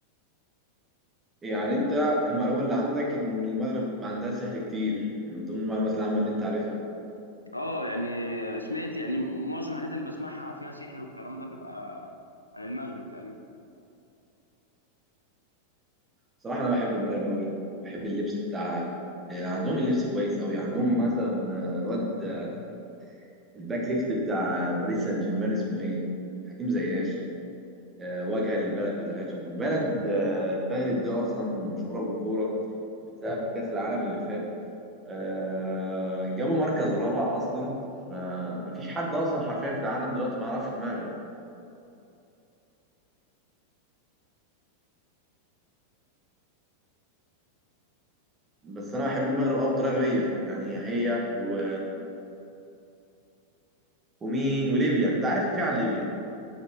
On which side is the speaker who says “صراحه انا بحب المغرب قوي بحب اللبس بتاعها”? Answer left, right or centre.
Right